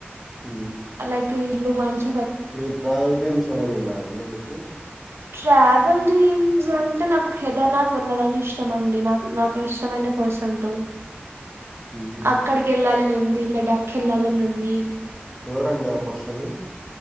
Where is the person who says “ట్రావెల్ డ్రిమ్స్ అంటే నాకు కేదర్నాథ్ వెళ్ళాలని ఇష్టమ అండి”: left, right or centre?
Right